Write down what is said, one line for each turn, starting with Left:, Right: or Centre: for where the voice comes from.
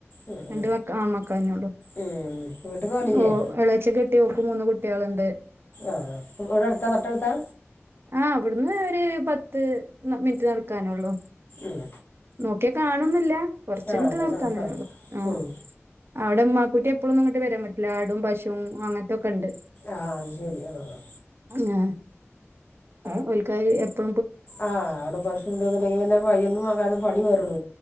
Left: ഉം
Right: രണ്ട്
Left: ഉം
Right: മക്കള് ആൺമക്കളന്നെ ഉള്ളൂ
Left: ഉം വീട്ട്ക്ക് പോവലില്ലേ
Right: ഓ എളാച്ചെ കെട്ടിയോക്ക് മൂന്ന് കുട്ടികളുണ്ട്
Left: ആഹ് ഇവിടെ അടുത്താ തൊട്ടടുത്താ
Right: ആഹ് ഇവിടുന്ന് ഒരു പത്ത് മിനിറ്റ് നടക്കാനുള്ളു
Left: ഉം
Right: നോക്കിയ കാണുന്നൊല്ല കൊറച്ചങ്ങിട്ട്
Left: ആഹ് അതെ
Right: നടക്കാ
Left: ആഹ്
Right: തന്നെയുള്ളൂ
Left: ആഹ്
Right: ആ
Left: ഉം
Right: അവിടെ ഉമ്മാക്കുട്ടി എപ്പോഴുന്നങ്ങട്ട് വരാൻ പറ്റില്ല ആടും പശുവും അങ്ങനത്തൊക്കെ ഇണ്ട്
Left: ആഹ് അത് ശരിയാണ് ആ ആ
Right: ആഹ് ഓൽക്ക് അഹ് എപ്പോ
Left: ആഹ് അവിടെ ഭക്ഷണുണ്ടുന്നുണ്ടെങ്കി പിന്നെ പയ്യനെ നോക്കാനും പണി വേരൂടു